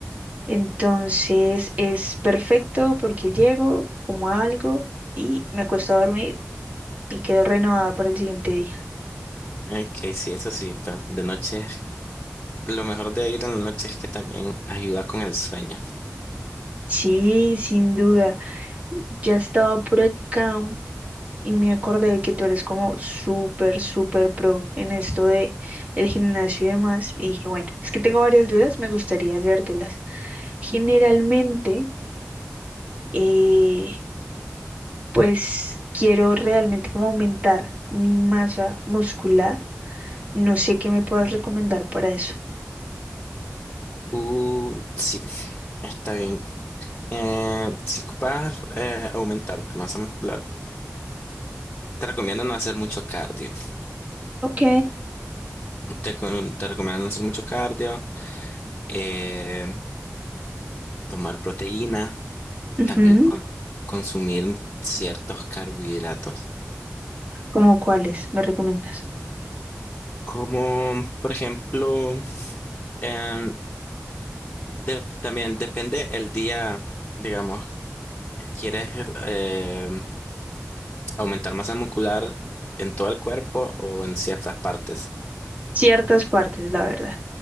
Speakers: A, on the right; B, on the left.
A: Entonces es perfecto porque llego, como algo y me acuesto a dormir y quedo renovada para el siguiente día.
B: Ok, sí, eso sí, pero de noche, lo mejor de ir en la noche es que también ayuda con el sueño.
A: Sí, sin duda. Ya estaba por acá. y me acordé que tú eres como súper, súper pro en esto de el gimnasio y demás. Y dije, bueno, es que tengo varias dudas, me gustaría hacértelas. Generalmente, eh, pues quiero realmente como aumentar mi masa muscular. No sé qué me puedas recomendar para eso.
B: Uh, sí, está bien. Eh, si ocupas eh, aumentar tu masa muscular, te recomiendo no hacer mucho cardio.
A: Ok,
B: Te, con- te recomiendo no hacer mucho cardio, eh, tomar proteína.
A: Ujú,
B: también con- consumir ciertos carbohidratos.
A: ¿Cómo cuáles me recomiendas?
B: Como por ejemplo, em, de- también depende el día, digamos, ¿quieres eh, aumentar masa muscular en todo el cuerpo o en ciertas partes?
A: Ciertas partes, la verdad.